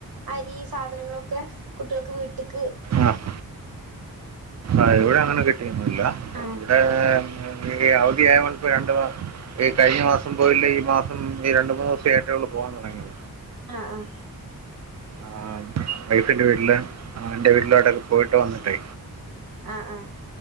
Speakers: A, on the right; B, on the right.
A: അരി സാധനങ്ങളുമൊക്കെ കുട്ടികൾക്ക് വീട്ടിക്ക്
B: ആഹ് ആഹ് ഇവിടെ അങ്ങനെ കിട്ടിയൊന്നുമില്ല
A: ആ
B: ഇവിടെ ടെ അവധിയായോണ്ട് ഇപ്പോ രണ്ട് മാസ ഈ കഴിഞ്ഞ മാസം പോയില്ല ഈ മാസം ഈ രണ്ടു മൂന്ന് ദിവസേ ആയിട്ടേയുള്ളു പോവാൻ തുടങ്ങിയത്
A: ആഹ് ആഹ്
B: ആഹ് വൈഫിന്റെ വീട്ടില് ആഹ് എന്റെ വീട്ടിലായിട്ടുക്കെ പോയിട്ട് വന്നിട്ടെ
A: ആഹ് ആഹ്